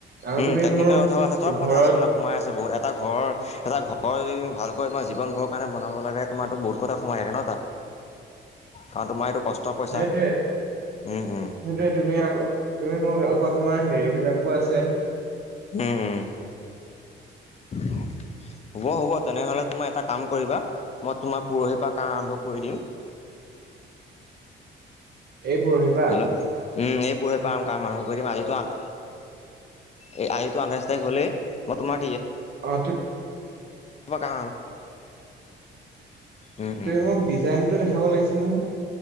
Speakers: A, on the right; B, on the left.
A: আৰু
B: উম
A: তুমি
B: টেকনিকেল
A: মোৰ
B: কথাও আছে চব
A: ঘৰত
B: কথা আছে মানে সোমাই আছে বহুত এটা ঘৰৰ এটা ঘৰ ঘৰ যদি তুমি ভালকৈ তোমাৰ জীৱন ভৰ কাৰণে বনাব লাগে তোমাৰো বহুত কথা সোমাই থাকে ন তাত কাৰণ তোমাৰ এইটো কষ্ট পইচা
A: সেইটোৱে সেইটোৱে
B: উম উম
A: তুমি আক তুমি মোক আকৌ তোমাৰ সেৰিবিলাকো আছে
B: উম-উম <unintelligible> হ'ব হ'ব তেনেহলে তোমাৰ এটা কাম কৰিবা মই তোমাৰ পৰহিৰ পৰা কাম আৰম্ভ কৰি দিম
A: <inaudible> এই পৰহি পা
B: হেল্ল' উম এই পোৰহি পা কাম আৰম্ভ কৰি দিম আজিতো আট এই আজিটো আঠাইছ্ তাৰিখ হ'লেই মই তোমাৰ
A: অ আঠি
B: ব কা উম
A: তুমি
B: উম
A: মোক ডিজাইনটো দেখাব লাগিছিল নহয়